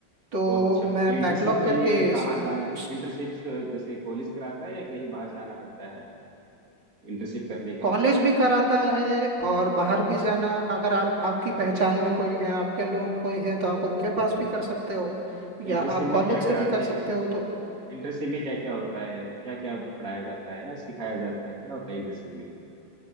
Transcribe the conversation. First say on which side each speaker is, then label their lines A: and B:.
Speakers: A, on the right; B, on the right.
A: तो
B: ओह, अच्छा
A: मैं
B: अच्छा इंटर्नशिप
A: बैकलॉग
B: के
A: करके
B: लिए कहाँ
A: इस-
B: जाना
A: उस
B: इंटर्नशिप जैसे कॉलेज कराता है या कहीं बाहर जाना पड़ता है इंटर्नशिप करने के
A: कॉलेज
B: लिए
A: भी कराता है और बाहर भी जाना अगर आप आपकी पहचान में कोई है आपके नून कोई है तो आप उनके पास भी कर सकते हो
B: इंटर्नशिप
A: या आप
B: में
A: कॉलेज
B: क्या कराते
A: से भी कर
B: हैं
A: सकते हो तो
B: इंटर्नशिप में क्या क्या होता है क्या क्या पढ़ाया जाता है या सिखाया जाता है क्या होता है इंटर्नशिप में